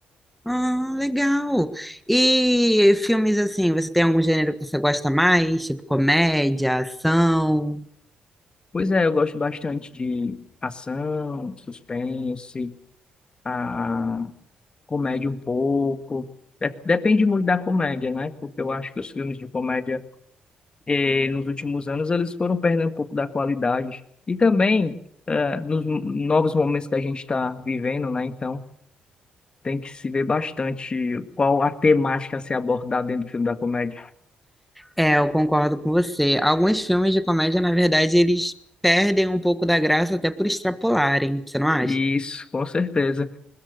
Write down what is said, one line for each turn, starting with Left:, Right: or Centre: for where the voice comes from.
Centre: Ah, legal. E filmes assim, você tem algum gênero que você gosta mais? Tipo comédia, ação?
Left: Pois é, eu gosto bastante de ação, suspense, a comédia um pouco. De- Depende muito da comédia, né? Porque eu acho que os filmes de comédia eh, nos últimos anos eles foram perdendo um pouco da qualidade. E também eh, nos mo- novos momentos que a gente está vivendo, né? Então tem que se ver bastante qual a temática a ser abordada dentro do filme da comédia.
Centre: É, eu concordo com você. Alguns filmes de comédia, na verdade, eles perdem um pouco da graça até por extrapolarem, você não acha?
Left: Isso, com certeza.